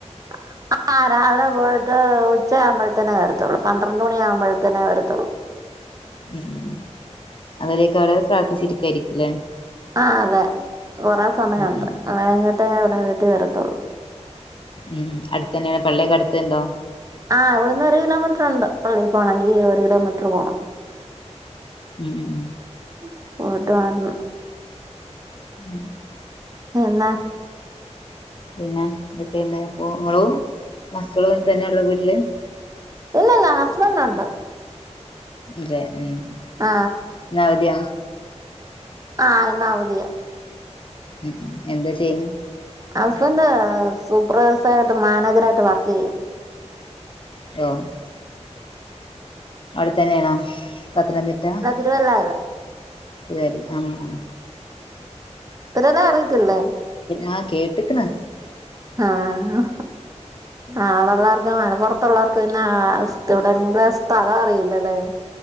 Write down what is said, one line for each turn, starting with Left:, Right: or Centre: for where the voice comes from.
Right: <inaudible> ആ രാവിലെ പോയിട്ട് ഉച്ച ആമ്പോഴത്തനേ വരത്തുള്ളൂ പന്ത്രണ്ട് മണി ആകുമ്പോഴത്തനേ വരത്തുള്ളൂ
Left: ഉം അത് വരെക്കെരംഅവിടെ പ്രാർത്ഥിച്ചിരിക്കായിരിക്കല്ലേ
Right: ആ അതെ കുറെ സമയുണ്ട്
Left: ഉം ഉം
Right: അത് കഴിഞ്ഞിട്ടേ ഇവിടെ വീട്ടിൽ വരത്തുള്ളൂ
Left: ഉം അടുത്തന്നെ പള്ളിയൊക്കെ അടുത്തുണ്ടോ
Right: ആഹ് ഇവിടുന്ന് ഒരു കിലോമീറ്റർണ്ട് പള്ളിൽ പോണങ്കിൽ ഒരു കിലോമീറ്റർ പോണം
Left: ഉം ഉം ഉം
Right: <unintelligible>
Left: <inaudible>
Right: എന്നാ
Left: പിന്നെ എന്തെക്കെയുണ്ട് അപ്പോങ്ങളും മക്കളും അയി തന്നെ ഉള്ള് വീട്ടില്
Right: ഇല്ല ഇല്ല ഹസ്ബൻ്റെുണ്ട്
Left: അതെ ഉം
Right: ആ
Left: ഇന്നവധിയാ
Right: ആഹ് ഇന്നവധിയാ
Left: ഉം എന്താ ചെയ്യുന്ന
Right: ഹസ്‌ബൻ്റ്സൂപ്പർവൈസറായിട്ട് മാനേജർ ആയിട്ട് വർക്ക് ചെയ്യാ
Left: <unintelligible> അവിടെത്തന്നെണോ പത്തനംതിട്ട
Right: ഒരു കൊല്ലായാല്ലോ
Left: <unintelligible> അ ആഹ്
Right: തിരു വെല്ല അറിയത്തില്ലേ
Left: ആഹ് കേട്ട്ക്ക്ണ്
Right: ആഹ് ആണല്ലാർക് മലപ്പുറത്തുള്ളവർക്ക് പിന്നെ സ്ഥി വിടെങ്ങളിലെ സ്ഥലം അറിയില്ലല്ലേ